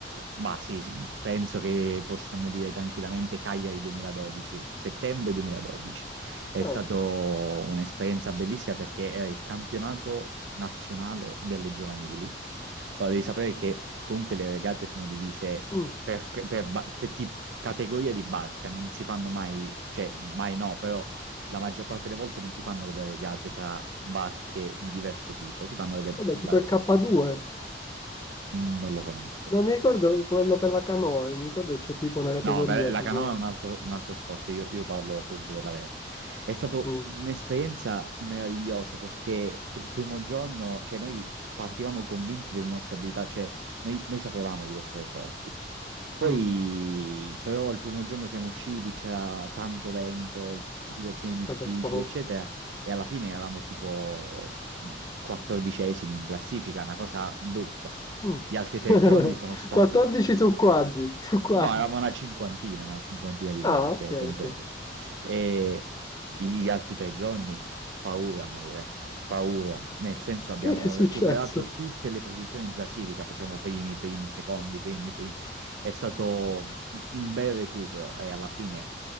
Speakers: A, on the right; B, on the left.
A: ma sì, penso che possiamo dire tranquillamente Cagliari 2012, settembre 2012. È
B: Ah,
A: stata un'esperienza bellissima perché era il campionato nazionale delle giovanili. Allora, devi sapere che comunque le regate sono divise
B: mm.
A: per, per ba- per ti- categoria di barca, non si fanno mai, cioè mai no, però la maggior parte delle volte non si fanno delle regate tra barche di diverso tipo, si fanno delle
B: Vabbè,
A: barche
B: tipo il K2.
A: Mm, Non lo conosco.
B: Non mi ricordo quello per la canoa, mi ricordo che c'è tipo una categoria
A: No, beh, la
B: tipo...
A: canoa è un altro, un altro sport, io, io parlo appunto della vela. È stata
B: mm,
A: un'esperienza meravigliosa perché il primo giorno, cioè noi partivamo convinti delle nostre abilità, cioè noi, noi sapevamo di essere forti. Poi
B: mm,
A: però il primo giorno siamo usciti, c'era tanto vento, situazioni difficili,
B: vabbè, proprio...
A: eccetera, e alla fine eravamo tipo quattordicesimi in classifica, una cosa brutta.
B: mm.
A: Gli altri
B: <laughs>
A: tre giorni sono stati
B: 14 su quadri, su quadri.
A: No, eravamo una cinquantina, una cinquantina di barche,
B: Ah, ok,
A: comunque.
B: ok.
A: E gli altri tre giorni, paura, Maure, paura. Nel senso abbiamo
B: Che, che è successo?
A: recuperato tutte le posizioni in classifica, facciamo primi, primi, secondi, primi, primi è stato un bel recupero e alla fine